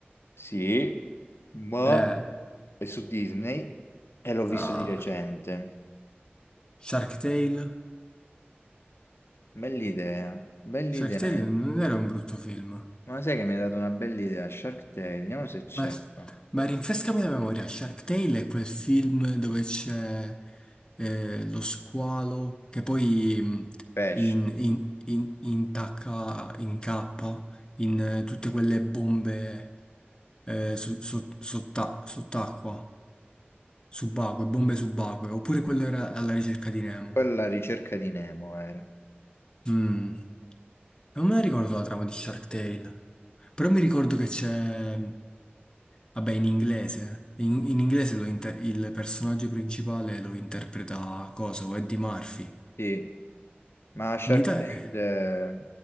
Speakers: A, on the left; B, on the left.
A: Sì, ma
B: Eh,
A: è su Disney e l'ho visto
B: ah,
A: di recente.
B: Shark Tale.
A: Bell'idea, bell'idea.
B: Shark Tale non era un brutto film.
A: Ma sai che mi ha dato una bella idea? Shark Tale, vediamo se c'è
B: Ma,
A: qua.
B: ma rinfrescami la memoria, Shark Tale è quel film dove c'è eh, lo squalo che poi mh,
A: Pesce,
B: in, in, in, intacca, incappa in eh, tutte quelle bombe eh, su- su- sotta- sott'acqua. Subacquee, bombe subacquee, oppure quello era alla ricerca di Nemo.
A: quella ricerca di Nemo era.
B: Mm, Non me la ricordo la trama di Shark Tale, però mi ricordo che c'è, vabbè, in inglese, in, in inglese lo inter- il personaggio principale lo interpreta, coso, Eddie Murphy.
A: Sì, Ma Shark
B: In Italia,
A: Tale, eh,